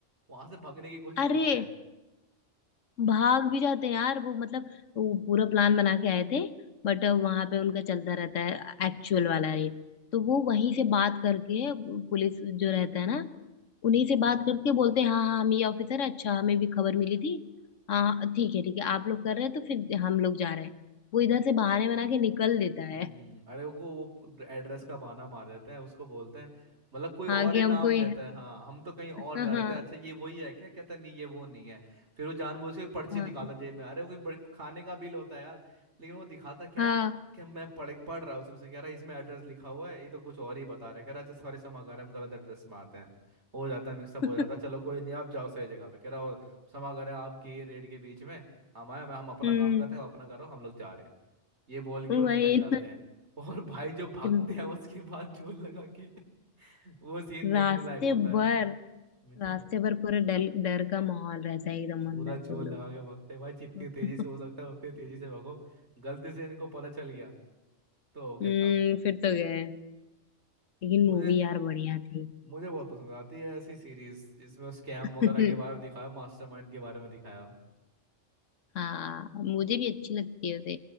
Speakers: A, on the right (about 60°); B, on the left (about 80°).
A: वहां से भागने की कोशिश
B: अरे
A: करते
B: भाग भी जाते हैं यार वो मतलब वो पूरा प्लान बना के आए थे बट वहां पे उनका चलता रहता है एक्चुअल वाला ये तो वो वहीं से बात करके पुलिस जो रहता है ना उन्हीं से बात करके बोलते हैं हाँ हाँ हम ये ऑफिसर है, अच्छा हमें भी खबर मिली थी हाँ ठीक है ठीक है आप लोग कर रहे हैं तो फिर हम लोग जा रहे हैं वो इधर से बहाने बना के निकल देता है
A: हम्म अरे वो वो एड्रेस का बहाना मार देते हैं उसको बोलते हैं मतलब कोई और
B: हाँ कि
A: ही
B: हमको
A: नाम
B: ये-
A: देता है हाँ हम तो कहीं और
B: हाँ
A: जा रहे
B: हाँ
A: थे अच्छा ये वही है क्या कहता है, नहीं ये वो नहीं है फिर वो जानबूझ के पर्ची
B: हाँ
A: निकाला जेब में अरे वो कोई बड़े खाने का बिल होता है यार लेकिन वो दिखाता क्या
B: हाँ
A: है कि मैं पढ़ पढ़ रहा हूँ उसमें से कह रहा है इसमें एड्रेस लिखा हुआ है ये तो कुछ और ही बता रहा है कह रहा है, अच्छा सॉरी क्षमा कर हम गलत एड्रेस में आते हैं हो जाता है मिक्सअप
B: <laughs>
A: हो जाता है चलो कोई नहीं आप जाओ सही जगह पे कह रहा हो क्षमा करें आपके रेड के बीच में हम आए मैं हम अपना
B: हम्म
A: काम करते हैं आप अपना करो हम लोग जा रहे हैं ये बोल के वो निकल
B: वही
A: जाते
B: ना।
A: हैं और भाई जो
B: <laughs>
A: भागते हैं उसके बाद जोर लगा के <laughs> वो सीन देखने
B: रास्ते
A: लायक होता
B: भर
A: है मैं तो
B: रास्ते भर पूरा डर डर का माहौल रहता है एकदम
A: पूरा
B: अंदर
A: जोर
B: से वो
A: लगा के भागते हैं भाई जितनी
B: लोग
A: तेजी
B: <laughs>
A: से हो सकता है उतनी तेजी से भागो गलती से इनको पता चल गया तो हो गया
B: हम्म
A: काम
B: फिर तो गए लेकिन
A: मुझे
B: मूवी यार बढ़िया थी
A: मुझे बहुत पसंद आती है ऐसी सीरीज जिसमें स्कैम
B: <laughs>
A: वगैरह के बारे में दिखाया मास्टरमाइंड के बारे में दिखाया हो।
B: हाँ मुझे भी अच्छी लगती है उसे